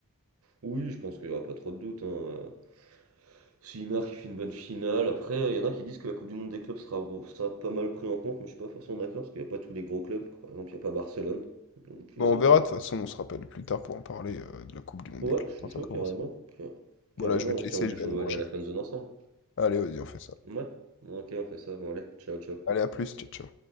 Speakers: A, on the right; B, on the left.
A: Oui, je pense qu'il n'y aura pas trop de doute. Hein. S'il marque, il fait une bonne finale. Après, il y en a qui disent que la Coupe du Monde des clubs sera, sera pas mal pris en compte, mais je suis pas forcément d'accord parce qu'il n'y a pas tous les gros clubs. Par exemple, il n'y a pas Barcelone. Donc,
B: Bon,
A: euh,
B: on verra, de toute façon, on se rappelle plus tard pour en parler euh, de la Coupe du Monde
A: Ouais,
B: des clubs
A: je suis
B: quand ça
A: chaud
B: commence.
A: carrément. Car-
B: Voilà,
A: Carrément,
B: je vais
A: on
B: te
A: se
B: laisser,
A: tient au jus
B: je vais
A: si
B: aller
A: on
B: manger.
A: veut aller à la fan zone ensemble.
B: Allez, vas-y, on fait ça.
A: Ouais. Ok, on fait ça. Bon, allez, ciao, ciao.
B: Allez, à plus, ciao, ciao.